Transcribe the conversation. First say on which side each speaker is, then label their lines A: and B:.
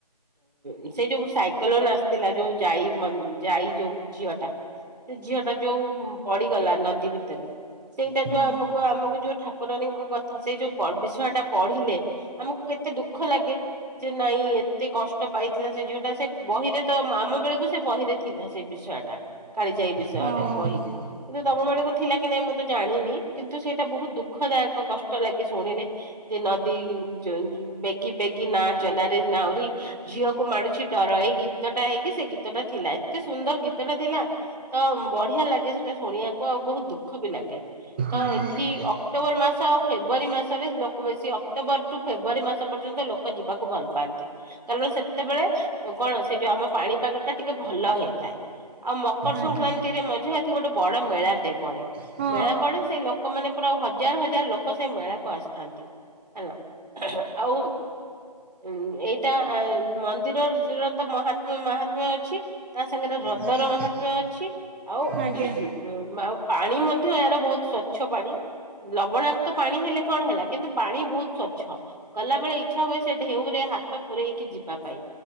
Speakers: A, on the right; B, on the right.
A: ଇଁ ସେ ଯୋଉ ସାଇକଲୋନ ଆସିଥିଲା ଯୋଉ ଯାଇ ମନ୍ ଯାଇ ଯୋଉ ଝିଅ ଟା। ସେ ଝିଅ ଟା ଯୋଉ ପଡିଗଲା ନଦୀ ଭିତରେ, ସେଇଟା
B: ହଁ
A: ଯୋଉ ଆମକୁ ଆମକୁ ଯୋଉ ଠାକୁର ଠାକୁରାଣୀ ଙ୍କ ଗତି ସେଇ ଯୋଉ ବିଷୟ ଟା ପଢିଲେ ଆମକୁ କେତେ ଏତେ ଦୁଃଖ ଲାଗେ ଯେ ନାଇଁ ଏତେ କଷ୍ଟ ପାଇଥିଲା। ସେ ଝିଅଟା ସେ ବହିରେ ତ ଆମ ବେଳକୁ ସେ ବହିରେ ଥିଲା ସେଇ ବିଷୟ ଟା କାଳିଜାଇ ବିଷୟରେ
B: ହଁ
A: ବହି କିନ୍ତୁ ତମ ବେଳକୁ ଥିଲା କି ନାଇଁ ମୁଁ ତ ଜାଣିନି କିନ୍ତୁ, ସେଇଟା ବହୁତ୍ ଦୁଃଖଦାୟକ କଷ୍ଟ ଲାଗେ ଶୁଣିଲେ। ସେ ନଦୀ ଉ ଯୋଉ ବେଗି ବେଗି ନାଁ ଚଲାରେ ନାଉରି ଝିଅକୁ ମାଡୁଛି ଡର। ଏଇ ଗୀତ ଟା ହେଇକି ସେ ଗୀତ ଟା ଥି ଥିଲା, ଏତେ ସୁନ୍ଦର ଗୀତଟା ଥିଲା ତ ବଢିଆ ଲାଗେ ସେଟା ଶୁଣିବାକୁ ଆଉ ବହୁତ୍ ଦୁଃଖ ବି ଲାଗେ। ତ
B: ଆଜ୍ଞା।
A: ଏଠି ଅକ୍ଟୋବର ମାସ ଆଉ ଫେବୁଆରୀ ମାସରେ ଲୋକ ବେଶୀ ଅକ୍ଟୋବର ଟୁ ଫେବୁଆରୀ ମାସ ପର୍ଯ୍ୟନ୍ତ ଲୋକ ଯିବାକୁ ଭଲ ପାଆନ୍ତି, କାରଣ ସେତେବେଳେ କଣ ସେ ଯୋଉ ଆମ ପାଣିପାଗ ଟା ଟିକେ ଭଲ ହେଇଥାଏ। ଆଉ ମକର
B: ଆଜ୍ଞା
A: ସଂକ୍ରାନ୍ତିରେ ମଝିରେ ଏଠି ଗୋଟେ ବଡ ମେଳାଟେ ପଡେ।
B: ହଁ
A: ମେଳା ପଡେ ସେ ଲୋ ଲୋକ ମାନେ ପୁରା ହଜାର ହଜାର ଲୋକ ସେଇ ମେଳାକୁ ଆସିଥାନ୍ତି। ହେଲା ଆଉ ଉଁ ଏଇଟା ଆ ମନ୍ଦିରର <unintelligible> ମହାତ୍ମ୍ୟ ମହାତ୍ମ୍ୟ ଅଛି। ତା ସାଙ୍ଗରେ ହ୍ରଦର
B: ଆଜ୍ଞା ଆଜ୍ଞା
A: ମାହାତ୍ମ୍ୟ ଅଛି ଆଉ
B: ଆଜ୍ଞା
A: <unintelligible> ପାଣି ମଧ୍ୟ ଏହାର ବହୁତ ସ୍ଵଚ୍ଛ ପାଣି। ଲବଣାକ୍ତ ପାଣି ହେଲେ କଣ ହେଲା, କିନ୍ତୁ ପାଣି ବହୁତ ସ୍ଵଚ୍ଛ। ଗଲା ବେଳେ ଇଚ୍ଛା ହୁଏ, ସେ ଢେଉ ରେ ହାତ ପୂରେଇକି ଯିବା ପାଇଁ।